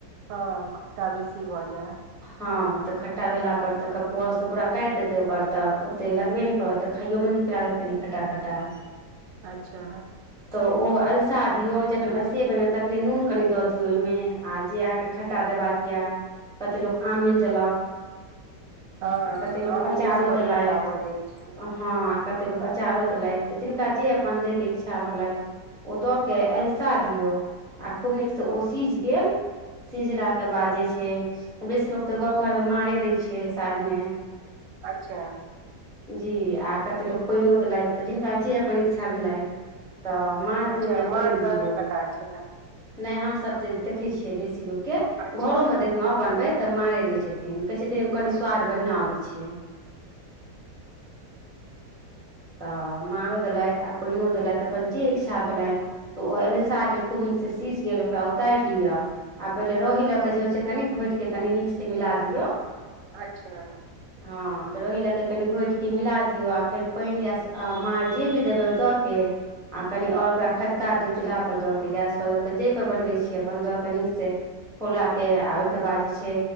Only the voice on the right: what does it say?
हँ खट्टा बेसी भऽ जायत
अच्छा
हँ
अमीलोसँ
बड्ड
खट्टा भऽ जाइ छै
अच्छा
अच्छा
मारदह
पता छलए
अच्छा
अच्छा
अच्छा